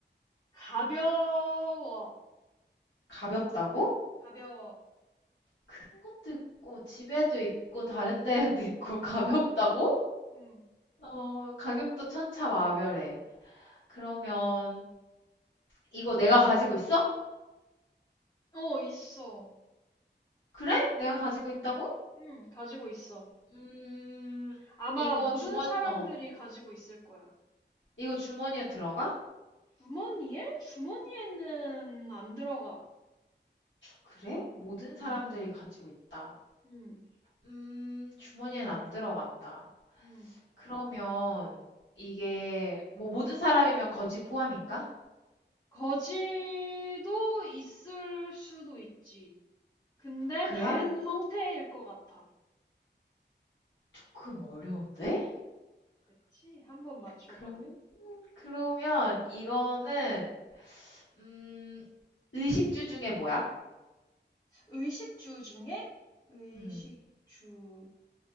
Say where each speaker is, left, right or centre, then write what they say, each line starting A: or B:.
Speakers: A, on the left (about 20°); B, on the left (about 85°).
A: 가벼워.
B: 가볍다고?
A: 가벼워.
B: 큰 것도 있고 집에도 있고 다른 데에도 있고 <laughs> 가볍다고?
A: 응.
B: 어, 가격도 천차만별해. 그러면 이거 내가 가지고 있어?
A: 어, 있어.
B: 그래? 내가 가지고
A: 응.
B: 있다고?
A: 응, 가지고 있어.
B: 음,
A: 아마
B: 이거
A: 모든
B: 주머니,
A: 사람들이
B: 어,
A: 가지고 있을 거야.
B: 이거 주머니에 들어가?
A: 주머니에? 주머니에는 안 들어가.
B: 그래? 모든
A: 응,
B: 사람들이 가지고 있다.
A: 응,
B: 음, 주머니엔 안 들어간다.
A: 응.
B: 그러면 이게 뭐 모든 사람이면 거지 포함인가?
A: 거지도 있을 수도 있지. 근데
B: 그래?
A: 다른 형태일 것 같아.
B: 조금 어려운데?
A: 그치? 한번 맞춰봐.
B: 그러면 그러면 이거는 음, 의식주 중에 뭐야?
A: 의식주 중에? 의식주.
B: 음.